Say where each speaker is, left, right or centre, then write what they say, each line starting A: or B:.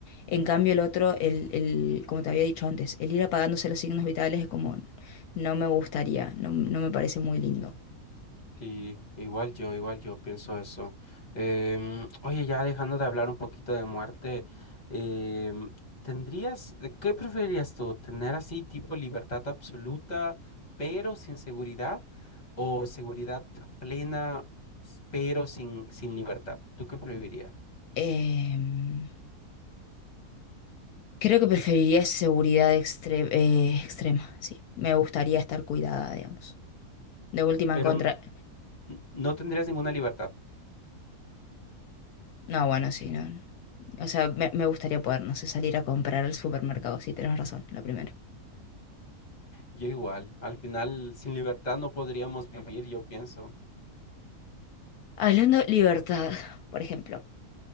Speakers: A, on the left; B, on the left.
A: En cambio, el otro, el, el, como te había dicho antes, el ir apagándose los signos vitales es como, no me gustaría, no, no me parece muy lindo.
B: Sí, igual yo, igual yo pienso eso. Em, oye, ya dejando de hablar un poquito de muerte, em, ¿tendrías, eh, qué preferirías tú? ¿Tener así tipo libertad absoluta, pero sin seguridad? ¿O seguridad plena, s- pero sin, sin libertad? ¿Tú qué preferirías?
A: Em, Creo que preferiría seguridad extre- eh, extrema, sí. Me gustaría
B: Sí.
A: estar cuidada, digamos. De última
B: Pero
A: en contra...
B: n- n- no tendrías ninguna libertad.
A: No, bueno, sí, no. no. O sea, me, me gustaría poder, no sé, salir a comprar al supermercado, sí, tenés razón, la primera.
B: Yo igual, al final sin libertad no podríamos vivir, yo pienso.
A: Hablando de libertad, por ejemplo,